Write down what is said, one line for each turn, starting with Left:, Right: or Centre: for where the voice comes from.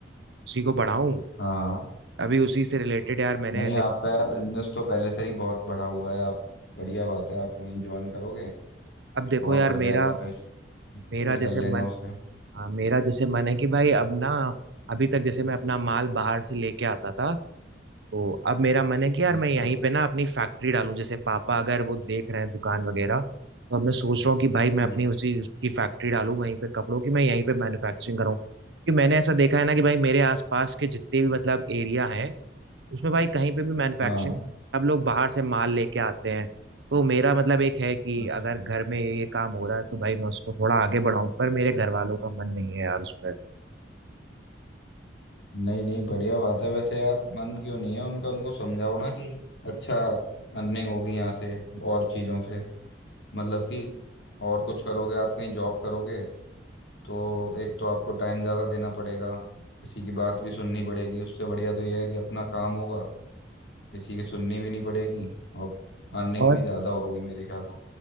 Right: उसी को बढ़ाऊं
Left: हाँ
Right: अभी उसी से रिलेटेड यार मैंने
Left: नहीं
Right: देखो
Left: आपका यार बिजनेस तो पहले से ही बहुत बढ़ा हुआ है आप बढ़िया बात है आप वहीं ज्वाइन करोगे
Right: अब देखो
Left: और
Right: यार
Left: बढ़ जाएगा
Right: मेरा
Left: कुछ एक्सपेंड
Right: मेरा जैसे
Left: कर लेना
Right: मन
Left: उसे
Right: हाँ मेरा जैसे मन है कि भाई अब ना अभी तक जैसे मैं अपना माल बाहर से लेके आता था तो अब मेरा मन है कि यार
Left: अच्छा
Right: मैं यहीं पे ना अपनी फैक्ट्री डालूं जैसे पापा अगर वो देख रहे हैं दुकान वगैरह तो अब मैं सोच रहा हूँ कि भाई मैं
Left: हम्म
Right: अपनी उसी की फैक्ट्री डालूं वहीं पे कपड़ों की मैं यहीं पे मैन्युफैक्चरिंग करूँ कि मैंने ऐसा देखा है ना कि भाई मेरे आसपास के जितने भी मतलब एरिया हैं उसमें भाई कहीं पे भी मैन्युफैक्चरिंग
Left: हाँ
Right: सब लोग बाहर से माल लेके आते हैं तो मेरा मतलब एक है कि
Left: अच्छा
Right: अगर घर में ये काम हो रहा है तो भाई मैं उसको थोड़ा आगे बढ़ाऊं पर मेरे घर वालों का मन नहीं है यार उस पर
Left: नहीं नहीं बढ़िया बात है वैसे यार मन क्यों नहीं है उनका उनको समझाओ ना कि अच्छा अर्निंग होगी यहाँ से और चीज़ों से मतलब कि और कुछ करोगे आप कहीं जॉब करोगे तो एक तो आपको टाइम ज़्यादा देना पड़ेगा किसी की बात भी सुननी पड़ेगी उससे बढ़िया तो यह है कि अपना काम होगा किसी की सुननी भी नहीं पड़ेगी और अर्निंग
Right: और
Left: भी ज़्यादा होगी मेरे ख्याल से